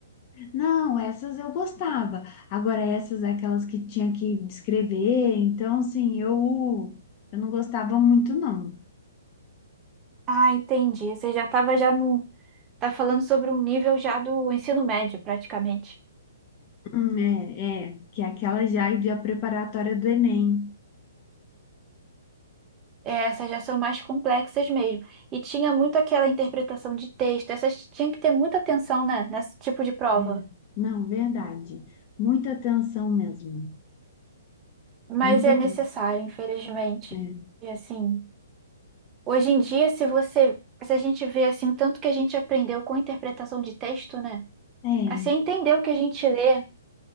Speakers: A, on the left (about 35°); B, on the right (about 25°).
A: Não, essas eu gostava. Agora, essas aquelas que tinha que descrever, então, assim, eu, eu não gostava muito, não.
B: Ah, entendi. Você já estava já no, tá falando sobre um nível já do ensino médio, praticamente.
A: Hum, é, é, que é aquela já de a preparatória do Enem.
B: É, essas já são mais complexas mesmo. E tinha muito aquela interpretação de texto. Essas tinha que ter muita atenção, né, nesse tipo de prova.
A: É, não, verdade. Muita atenção mesmo.
B: Mas
A: Muita
B: é
A: atenção.
B: necessário, infelizmente.
A: É,
B: E assim, hoje em dia, se você, se a gente vê assim o tanto que a gente aprendeu com interpretação de texto, né?
A: é,
B: Assim, entender o que a gente lê.